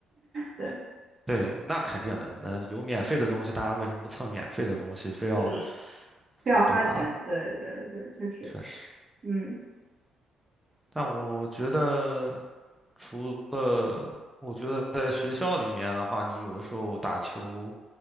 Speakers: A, on the right (about 40°); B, in the centre.
A: 对，
B: 对，那肯定的。那有免费的东西，大家为什么不蹭免费的东西，非要，
A: 对，不要花钱，
B: 嗯对吧？
A: 对对对，就是，
B: 确实。
A: 嗯
B: 但我觉得，除了我觉得在学校里面的话，你有的时候打球。